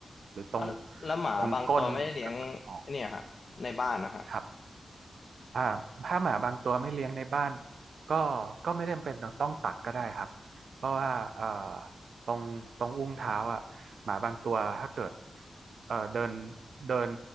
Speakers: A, on the right; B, on the left.
A: หรือตรง
B: อ่ะแล้วหมาบางตัวไม่ได้เลี้ยงไอ้เนี่ยฮะในบ้านนะฮะ
A: ตรงก้นก็ อ๋อครับอ่าถ้าหมาบางตัวไม่เลี้ยงในบ้านก็ก็ไม่จำเป็นต้องตัดก็ได้ครับเพราะว่าเอ่อตรงตรงอุ้งเท้าอ่ะหมาบางตัวถ้าเกิดเอ่อเดินเดิน